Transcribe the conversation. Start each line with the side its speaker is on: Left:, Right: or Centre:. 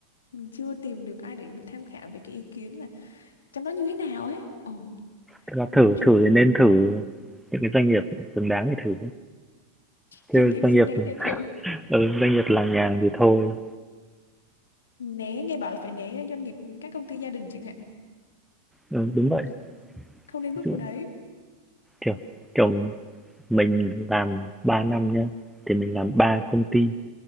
Left: mình chưa tìm được ai để mình tham khảo về cái ý kiến là trong đó như thế nào ấy. Ồ,
Centre: Thật ra
Left: môi
Centre: thử
Left: trường
Centre: thử thì nên thử những cái doanh nghiệp xứng đáng thì thử,
Left: doanh
Centre: chứ
Left: nghiệp
Centre: doanh
Left: xứng
Centre: nghiệp
Left: đáng
Centre: <laughs>
Left: để thử.
Centre: ừ, doanh nghiệp làng nhàng thì thôi.
Left: Né, nghe bảo là phải né doanh nghiệp các công ty gia đình chẳng hạn.
Centre: Ừ, đúng vậy.
Left: Là Không nên
Centre: Ví
Left: bước
Centre: dụ
Left: vào đấy.
Centre: kiểu kiểu mình làm 3 năm nhá, thì mình làm 3 công ty